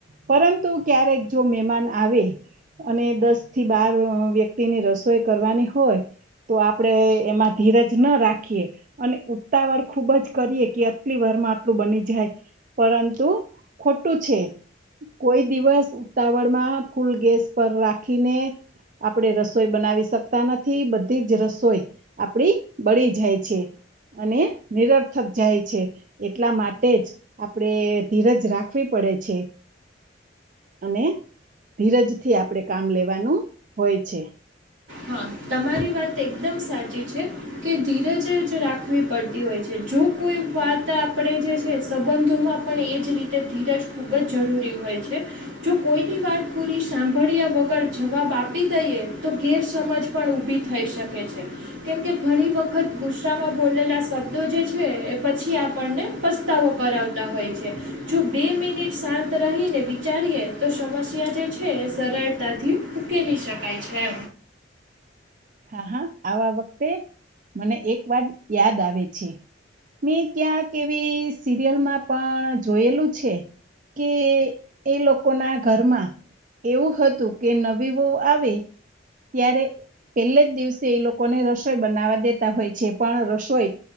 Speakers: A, on the right; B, on the right.
A: પરંતુ ક્યારેક જો મહેમાન આવે અને દસ થી બાર વ્યક્તિની રસોઈ કરવાની હોય. તો આપણેે એમાં ધીરજ ના રાખીએ અને ઉતાવળ ખુબ જ કરીએ, કે આટલી વાર માં આટલું બની જાય, પરંતુ ખોટું છે એ. કોઈ દિવસ ઉતાવળમાં ફૂલ ગેસ પર રાખીને આપડણે રસોઈ બનાવી શકતા નથી, બધી જ રસોઈ આપડી બળી જાય છે અને નિરર્થક જાય છે એટલા માટે જ આપણે ધીરજ રાખવી પડે છે અને ધીરજથી આપણેે કામ લેવાનું હોય છે
B: હા તમારી વાત એકદમ સાચી છે કે ધીરજ જ રાખવી પડતી હોય છે જો કોઈ વાત આપણે જે છે સંબંધોમાં પણ એ જ રીતે ધીરજ ખૂબ જ જરૂરી હોય છે જો કોઈની વાત પૂરી સાંભળ્યા વગર જવાબ આપી દઈએ તો ગેર સમજ પણ ઉભી થઈ શકે છે કેમકે ઘણી વખત ગુસ્સાામાં બોલેલા શબ્દો જે છે એ પછી આપણને પસ્તાવો કરાવતા હોય છે જો બે મિનિટ શાંત રહીને વિચારીએ તો સમસ્યા જે છે સરળતાથી ઉકેલી શકાય છે
A: હા હા આવા વખતે મને એક વાત યાદ આવે છે મેં ક્યાંક એવી સિરિયલમાં પણ જોયેલું છે કે એ લોકો ના ઘરમાં એવું હતું કે નવી વહુ આવે ત્યારે પેલે જ દિવસે એ લોકોને રસોઈ બનાવા દેતા હોય છે પણ રસોઈ